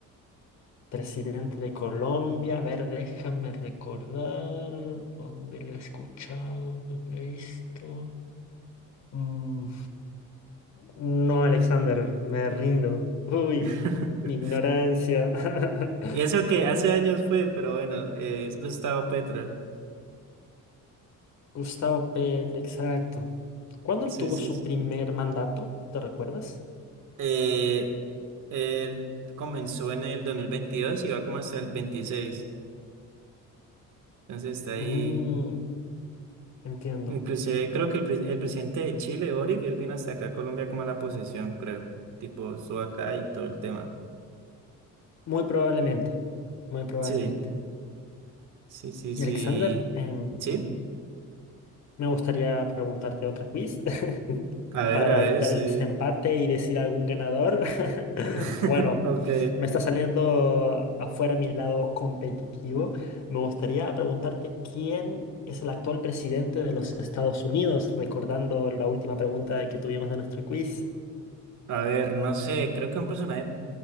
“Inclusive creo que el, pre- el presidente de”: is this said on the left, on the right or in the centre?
Right